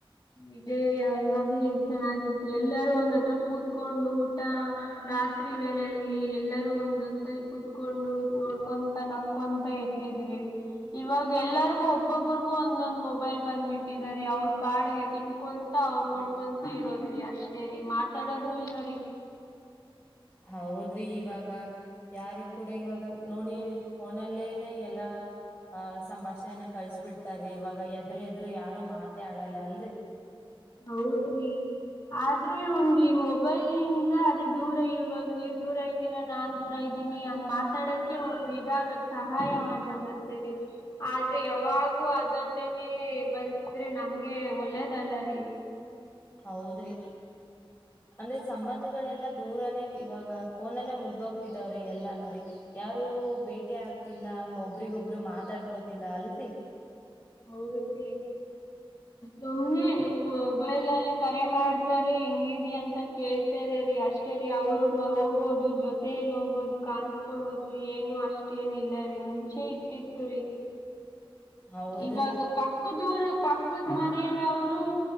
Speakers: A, on the left; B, on the left.
A: ಇದೇ ರೀ ಹಾಗಾಗಿ ಚೆನ್ನಾಗಿತ್ತು ಎಲ್ಲಾರೂ ಒಂದ್ ಹತ್ರ ಕೂತ್ಕೊಂಡು ಊಟ ರಾತ್ರಿ ವೇಳೆಯಲಿ ಎಲ್ಲರೂ ಒಂದು ಹೊತ್ತಲ್ಲಿ ಕುೂತ್ಕೊಂಡು ನೋಡ್ಕೊಂತ ನಕೊಂತ ಇರ್ತಿ ಇವಾಗ ಎಲ್ಲರಿಗೂ ಒಬ್ಬೊಬ್ಬ್ರಗೂ ಒಂದೊಂದ್ ಮೊಬೈಲ್ ಬಂದ್ಬಿಟ್ಟಿದ ರ ಅವ್ರ ಪಾಡ್ಗೆ ತಿನ್ಕೊಂತ ಅವ್ರರು ನೋಡ್ಕೊಂತ ಇರೋದ್ರಿ ಅಷ್ಟೇ ರರಿ ಮಾತಾಡದು ಇಲ್ಲ ರೀ <inaudible>
B: ಹೌದ್ರಿ ಇವಾಗ ಯಾರಿಗ ಕೂಡ ಇವಾಗ ನೋಡಿ ಫೋನಲ್ಲೇನೆ ಎಲ್ಲಾ ಅಹ ಸಂಭಾಷಣೆೆಯನ ಕಳ್ಸ್ ಬಿಿಡ್ತಾರೀ ಇವಾಗ ಎದರು ಎದರು ಯಾರು ಮಾತ ಆಡಲ್ಲ ಅಲ್ರರಿ
A: ಹೌದ್ರಿ ಆದ್ರೆ ಒಂದು ಈ ಮೊಬೈಲ್ಂದ ಅದೇ ದೂರ ಇವಾಗ ನೀವ್ ದೂರ ಇದ್ದೀರಾ ನಾನ್ ದೂರ ಇದ್ದೀರ ಹಂಗ್ ಮಾತಾಡಕ್ಕೆ ಒಂದ್ ಇದಾಗತ್ ಸಹಾಯವಾಣಿ ಆಗದ ಸೇರಿ ಆದ್ರೆ ಯಾವಾಗೂ ಅದನ್ನೇನೆೇ ಬಳಸಿದ್ರೆ ನಮ್ಗೆ ಒಳ್ಳೇದಲ್ಲ ರೀ
B: ಹೌದ್ರಿ ಅಂದ್ರೆ ಸಂಬಂಧಗಳೆಲ್ಲಾ ದೂರನೇ ಇವಾಗ ಫೋನ್ಲ್ಲೇ ಮುಗ್ದೋಗ್ತಿದಾವ್ರಿ ಎಲ್ಲಾ ನೋಡಿರಿ ಯಾರು ಭೇಟಿ ಆಗ್ತಿಲ್ಲ ಒಬ್ರಿಗೊಬ್ರು ಮಾತಾಡ್ಕೋತಿಲ್ಲ ಅಲ್ರಿ
A: ಹೌದದ್ರಿ ಸುಮನೆ ಮೊಬೈಲ್ ನಲ್ಲಿ ಕರೆ ಮಾಡ್ತಾರೆ ಹೆಂಗಿದ ಅಂತ ಕೇಳ್ತಾರೆ ರೀ ಅಷ್ಟೇ ರೀ ಅವರು ಹೋಗ ಜೊತೆಯಲ್ಲಿ ಹೋಗೋದು ಕಾಣಸ್ಕಳೋದು ಏನು ಅಷ್ಟೇನ್ ಇಲ್ಲ ರೀ ಮುಂಚೆ ಇಟ್ಟಿತ್ತು ರರಿ
B: ಹೌದ್ರಿ
A: ಇವಾಗ ಪಕ್ಕ ದೂರು ಪಕ್ಕದ ಮನೇನವರು